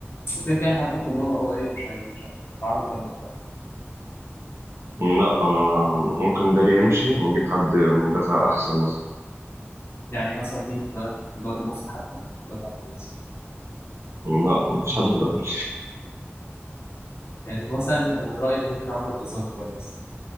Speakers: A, on the left; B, on the right.
A: وكده كده احنا طلاب او ايه مش عايز مش هتعرض بقى للدفع.
B: لا انا ممكن داري يمشي ونجيب حد مدافع احسن مثلا
A: يعني مثلا مين في بالك في الدوري المصري حتى دفع كويس
B: لا مفيش حد في الدوري.
A: يعني مثلا انا من رايي ان ممكن عمرو الجزار كويس